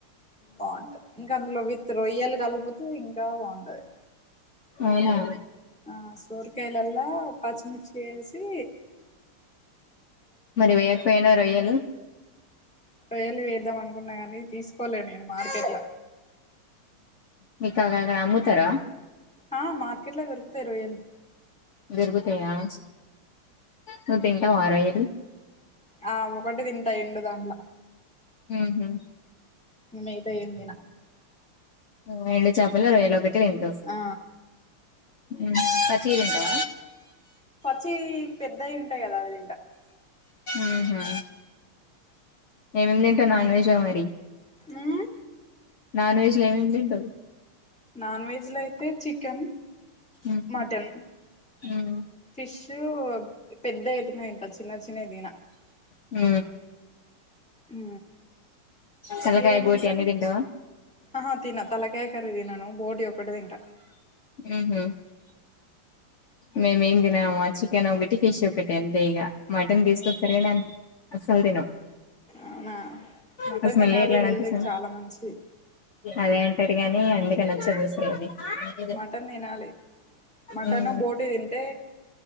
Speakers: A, in the centre; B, on the left (about 65°).
A: బాగుంటుంది ఇంకా అందులో విత్ రొయ్యలు కలిపుతే ఇంకా బాగుంటది
B: అవునా
A: ఆ సోరకాయలలా పచ్చిమిర్చి వేసి
B: మరి వేయకపోయినవ్ రొయ్యలు
A: రొయలు వేద్దాం అనుకున్నా కానీ తీసుకోలే నేను మార్కెట్ లో
B: మీ తాగా అక్కడ అమ్ముతర
A: ఆ మార్కెట్ లో దొరుకుతాయి రోయలు
B: గరిపోత్ తెయాన్ష్ నువ్ తింటవా రొయలు
A: ఆ ఒకటి తింటా ఎండు దాంట్ల
B: ఉహు
A: మీత ఏందిన
B: ఊ ఎండు చాపలు రొయలు ఒకట్ ట్రేన్ కస్
A: ఆ
B: ఊ <unintelligible> స్వీటుంటదా
A: పచ్చి పెద్దవి ఉంటాయి కదా అవి తింట
B: ఉహు ఏమేం డింటున్నవ్ నాన్ వెజ్ లో మరి
A: ఆ
B: నాన్ వెజ్ లో ఏమేమ్ దింటవ్
A: నాన్ వెజ్ లో అయితే చికెన్
B: ఉమ్
A: మటన్
B: ఉమ్
A: ఫిష్ చూ పెద్ద ఐతనే తింటా చిన్న చిన్నయి దిన
B: ఊ
A: ఊ
B: తలకాయ
A: మీరేం
B: బోటి
A: తింటారు
B: అన్ని తింటావా
A: ఆహా తిన తలకాయ కరీదినను బోట్ ఇదొక్కటి దింట
B: ఉహు మేమేం నిన్న ఏమో చికెన్ ఒకట్టి ఫిష్ ఒకటి ఎంతే ఇక మటన్ తీసుకొచ్చారు కాని అసల్ తినం
A: అవునా మటన్
B: కాస్తా
A: తినాలి
B: మలేరియా లా
A: హెల్తీకి
B: అనిపిస్తుంది
A: చాలా మంచిది
B: అదే అంటారు గానీ నే అందుకే నచ్చదు అసలు అనేది <inaudible>
A: మటన్ తినాలి మటన్
B: ఉమ్
A: బోటి తింటే